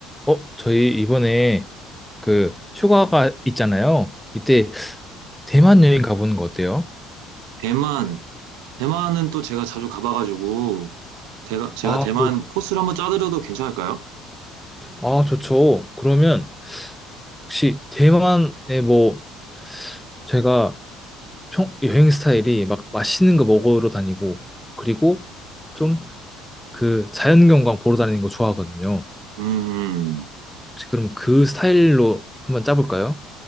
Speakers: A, in the centre; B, on the right (about 80°).
A: 어, 저희 이번에 그 휴가가 있잖아요. 이때 대만 여행 가보는 거 어때요?
B: 대만, 대만은 또 제가 자주 가봐가지고, 제가, 제가
A: 아,
B: 대만
A: 그-
B: 코스를 한번 짜드려도 괜찮을까요?
A: 아, 좋죠. 그러면 혹시 대만에 뭐 제가 총 여행 스타일이 막 맛있는 거 먹으러 다니고 그리고 좀 그 자연경관 보러 다니는 거 좋아하거든요.
B: 음,
A: 혹시 그럼 그 스타일로 한번 짜볼까요?